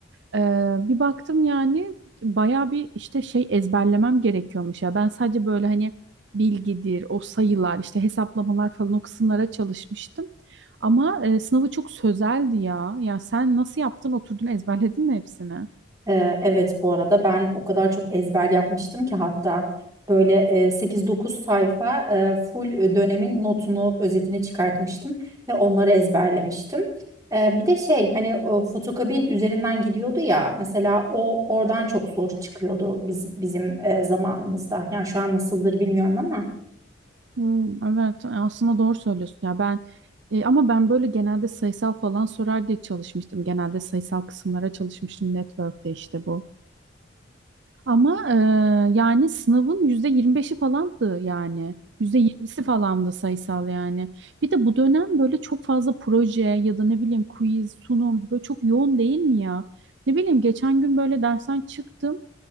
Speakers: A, on the right; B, on the right.
A: Ee, bir baktım yani bayağı bir işte şey ezberlemem gerekiyormuş ya. Ben sadece böyle hani bilgidir, o sayılar, işte hesaplamalar falan o kısımlara çalışmıştım. Ama e, sınavı çok sözeldi ya. Ya sen nasıl yaptın? Oturdun ezberledin mi hepsini?
B: Ee, evet bu arada ben o kadar çok ezber yapmıştım ki hatta böyle e, 8-9 sayfa e, full dönemin notunu, özetini çıkartmıştım ve onları ezberlemiştim. Ee, bir de şey hani o fotokabin üzerinden gidiyordu ya mesela o oradan çok soru çıkıyordu biz, bizim e, zamanımızda. Yani şu an nasıldır bilmiyorum ama.
A: Hmm, evet e, aslında doğru söylüyorsun ya ben e, ama ben böyle genelde sayısal falan sorar diye çalışmıştım. Genelde sayısal kısımlara çalışmıştım network'te işte bu. Ama e, yani sınavın yüzde yirmi beşi falandı yani. %20'si falandı sayısal yani. Bir de bu dönem böyle çok fazla proje ya da ne bileyim quiz, sunum böyle çok yoğun değil mi ya? Ne bileyim geçen gün böyle dersten çıktım.